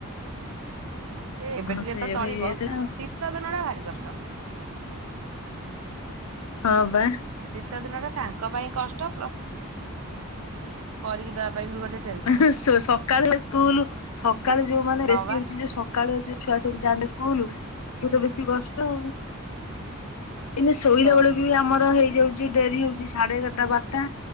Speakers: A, on the right; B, on the left.
A: ସେ ଏବେ
B: ହଁ
A: ଟିକେ
B: ସେଇଆ
A: ତ ଚଳିବ
B: ନେଇକି ଯାଇଥିଲା
A: ଶୀତ ଦିନ ଟା ଭାରି କଷ୍ଟ।
B: ହଁ ବା।
A: ଶୀତ ଦିନ ଟା ତାଙ୍କ ପାଇଁ କଷ୍ଟ କରିକି ଦବା ପାଇଁ ବି ଗୋଟେ ଟେନସନ
B: ଉଁ ହୁଁ ସ ସକାଳୁ ସ୍କୁଲ ସକାଳୁ ଯୋଉ ମାନେ
A: ହଁ
B: ବେଶୀ
A: ବା।
B: ହଉଛି ଯୋଉ ସ କାଳୁ ଯୋଉ ଛୁଆ ସବୁ ଯାଆନ୍ତେ ସ୍କୁଲ ଉଠିଲେ ତ ବେଶୀ କଷ୍ଟ। ଏଇନେ ଶୋଇଲା
A: ହଁ
B: ବେଳକୁ ବି ଆମର ହେଇଯାଉଛି ଡେରି ହଉଛି ସାଢେ ଏଗାରଟା ବାରଟା